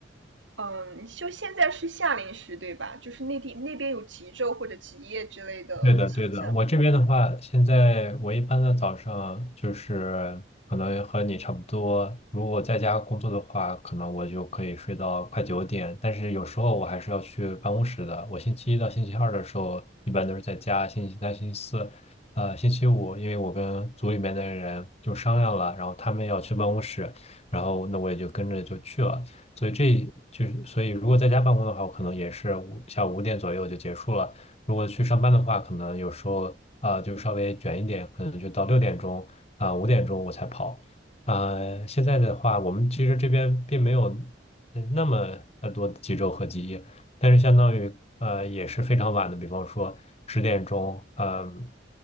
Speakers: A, on the right; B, on the left.
A: 嗯，就现在是夏令时，对吧？就是内地那边有极昼或者极夜之类的现象。
B: 对的，对的。我这边的话，现在我一般的早上就是可能和你差不多。如果在家工作的话，可能我就可以睡到快九点。但是有时候我还是要去办公室的。我星期一到星期二的时候，一般都是在家；星期三、星期四，呃，星期五，因为我跟组里面的人就商量了，然后他们要去办公室，然后那我也就跟着就去了。所以这就是，所以如果在家办公的话，我可能也是五下午五点左右就结束了。如果去上班的话，可能有时候啊、呃就稍微卷一点，可能就到六点钟啊、五点钟我才跑。呃，现在的话，我们其实这边并没有呃那么呃多的几周和几夜，但是相当于呃也是非常晚的，比方说十点钟，嗯、